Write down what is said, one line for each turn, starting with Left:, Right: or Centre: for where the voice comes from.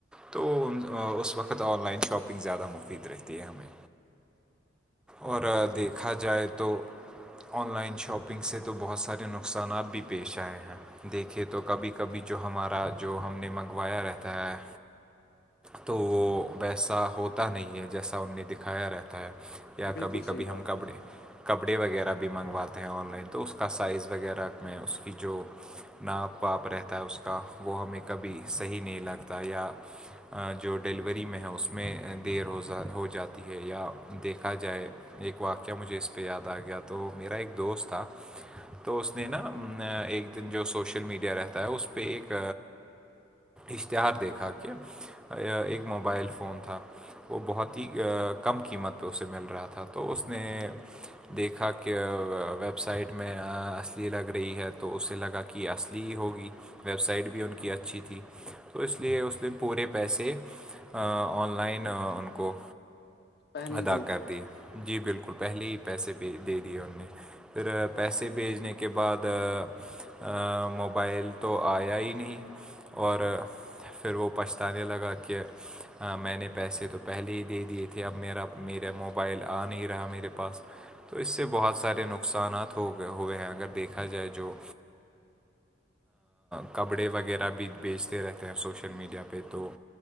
Centre: تو اس وقت آن لائن شاپنگ زیادہ مفید رہتی ہے ہمیں اور دیکھا جائے تو آن لائن شاپنگ سے تو بہت سارے نقصانات بھی پیش آئے ہیں دیکھے تو کبھی کبھی جو ہمارا جو ہم نے منگوایا رہتا ہے تو وہ ویسا ہوتا نہیں ہے جیسا ان نے دکھایا رہتا ہے یا
Left: بالکل
Centre: کبھی کبھی
Left: صحیح بات
Centre: ہم کپڑے
Left: ہے
Centre: کپڑے وغیرہ بھی منگواتے ہیں آن لائن تو اس کا سائز وغیرہ میں اس کی جو ناپ پاپ رہتا ہے اس کا وہ ہمیں کبھی صحیح نہیں لگتا یا جو ڈیلیوری میں ہے اس میں دیر ہوا ہو جاتی ہے یا دیکھ ا جائے ایک واقعہ مجھے اس پہ یاد آ گیا تو میرا ایک دوست تھا تو اس نے نا ایک دن جو سوشل میڈیا رہتا ہے اس پہ ایک اشتہار دیکھا کہ ایک موبائل فون تھا وہ بہت ہی کم قیمت پہ اسے مل رہا تھا تو اس نے دیکھا کہ ویب سائٹ میں اصلی لگ رہی ہے تو اسے لگا کہ اصلی لی ہوگی ویب سائٹ بھی ان کی اچھی تھی تو اس لیے اس نے پورے پیسے آن لائن ان کو
Left: پہلے ہی
Centre: ادا
Left: دے
Centre: کر
Left: دیا
Centre: دیے
Left: ہے
Centre: جی بالکل پہلے ہی پیسے دے دیے ان نے پھر پیسے بھیجنے کے بعد ا موبائل تو آیا ہی نہیں اور پھر وہ پچھتانے لگا کہ میں نے پیسے تو پہلے ہی دے دیے تھے اب میرا میرا موبائل آ نہیں رہا میرے پاس تو اس سے بہت سارے نقصانات ہو گئے ہوئے ہیں اگر دیکھا جائے جو کپڑے وغیرہ بھی بیچتے رہتے ہیں سوشل میڈیا پہ تو